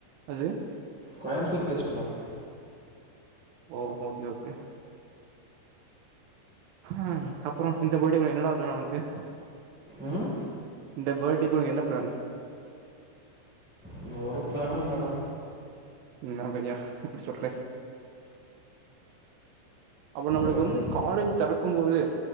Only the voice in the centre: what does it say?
கோயம்பத்தூர் பேஸ்டு தான்
ம்
இங்க ஒரு பிளானு இல்லடா
எனக்கு